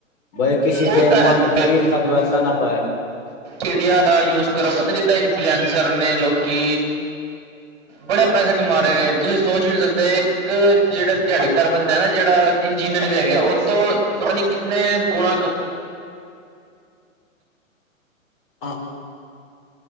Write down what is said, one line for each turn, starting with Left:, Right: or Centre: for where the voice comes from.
Left: ਬਾਈ ਕਿਸੀ
Right: ਉਹ
Left: ਦੇ
Right: ਤਾਂ ਹੈ
Left: ਮਨ ਚ ਈਰਖਾ ਦਵੈਸਾ ਨਾ ਪਾਏ।
Right: ਮੀਡੀਆ ਦਾ ਯੂਜ ਕਰੋ ਕਹਿੰਦਾ ਜਿੱਦਾਂ ਇਨਫਲੂਐਂਜ਼ਰ ਨੇ ਲੋਕੀ ਬੜੇ ਪੈਸੇ ਕਮਾ ਰਹੇ ਨੇ ਤੁਸੀਂ ਸੋਚ ਵੀ ਨਹੀਂ ਸਕਦੇ ਇੱਕ ਜਿਹੜਾ ਦਿਹਾੜੀ ਦਾਰ ਬੰਦਾ ਨਾ ਜਿਹੜਾ ਇੰਜੀਨੀਅਰ ਵੀ ਹੈਗੇ ਆ ਉਹ ਤੋਂ ਪਤਾ ਨਹੀਂ ਕਿੰਨੇ ਗੁਨਾ
Left: ਹਾਂ।